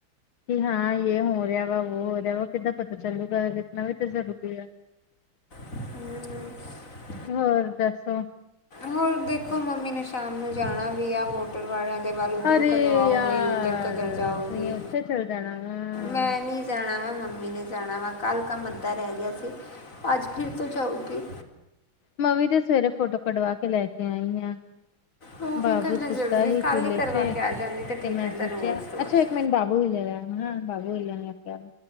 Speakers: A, on the left; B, on the left.
A: ਕਿ ਹਾਂ ਇਹ ਹੋ ਰਿਹਾ ਵਾ ਉਹ ਹੋ ਰਿਹਾ ਵਾ ਕਿੱਦਾਂ ਪਤਾ ਚੱਲੂਗਾ ਵੇਖਣਾ ਵੀ ਤਾਂ ਜ਼ਰੂਰੀ ਆ
B: ਹਮ ਹਮ
A: ਹੋਰ ਦੱਸੋ
B: ਹੋਰ ਦੇਖੋ ਮੰਮੀ ਨੇ ਸ਼ਾਮ ਨੂੰ ਜਾਣਾ ਵੀ ਆ ਮੌਲ ਵਾਲਿਆਂ ਦੇ ਵੱਲ ਉੱਧਰੋਂ
A: ਅਰੇ
B: ਕਦੋਂ ਆਉਗੀ
A: ਯਾਰ
B: ਉੱਧਰ ਕਦੋਂ ਜਾਊਗੀ
A: ਤੁਸੀਂ ਉੱਥੇ ਚੱਲ ਜਾਣਾ ਵਾ।
B: ਮੈਂ ਨੀ ਜਾਣਾ ਵਾ ਮੰਮੀ ਨੇ ਜਾਣਾ ਵਾ ਕੱਲ ਕ ਮੱਦਾ ਰਹਿ ਗਿਆ ਸੀ ਅੱਜ ਫਿਰ ਤੋਂ ਜਾਊਗੀ
A: ਮੈਂਵੀ ਤੇ ਸਵੇਰੇ ਫੋਟੋ ਕਢਵਾ ਕੇ ਲੈ ਕੇ ਆਈ ਹਾਂ
B: ਉਹ ਵੀ
A: ਬਾਬੂ
B: ਕਰਨਾ
A: ਸੁੱਤਾ
B: ਜ਼ਰੂਰੀ
A: ਹੀ
B: ਕੱਲ੍ਹ
A: ਝੂਲੇ
B: ਕਰਵਾ
A: ਚ,
B: ਕੇ ਆ ਜਾਂਦੀ ਤਾਂ
A: ਤੇ
B: ਠੀਕ
A: ਮੈਂ
B: ਰਹਿੰਦਾ
A: ਸੋਚਿਆ
B: ਰੋਜ਼-ਰੋਜ਼।
A: ਅੱਛਾ ਮੇਨ ਬਾਬੂ ਹ ਜਾ ਹਾਂ ਬਾਬੂ ਹ ਜਾਿਆ <unintelligible>